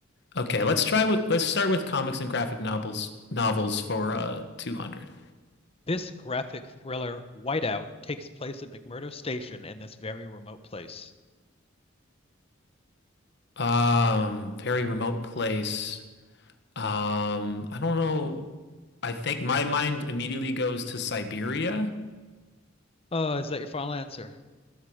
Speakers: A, on the left (about 55°); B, on the left (about 30°).
A: Okay, let's try with let's start with comics and graphic novels novels for uh 200.
B: This graphic thriller, Whiteout, takes place at McMurdo Station in this very remote place.
A: Um, very remote place. Um, I don't know. I think my mind immediately goes to Siberia.
B: Oh, is that your final answer?